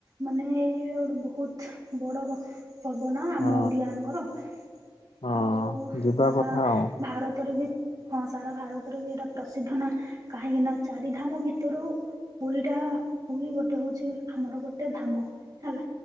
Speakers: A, on the right; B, on the left.
A: ମାନେ ଏଟା ଗୋଟେ ବୋହୁତ ବଡ ପବନ ଆମ
B: ହଁ
A: ଓଡିଆ ମଙ୍କର।
B: ହଁ
A: ଆଉ
B: ଯିବା
A: ସାରା
B: କଥା ଆଉ
A: ଭାରତରେ ବି ହଁ ସାରା ଭାରତର ବି ଏଇଟା ପ୍ରସିଦ୍ଧ ନା କାହିଁକି ନା ଚାରିଧାମ ଭିତରୁ ଏଟା ପୁରୀ ଗୋଟେ ହଉଚି ଆମର ଗୋଟେ ଧାମ ହେଲା।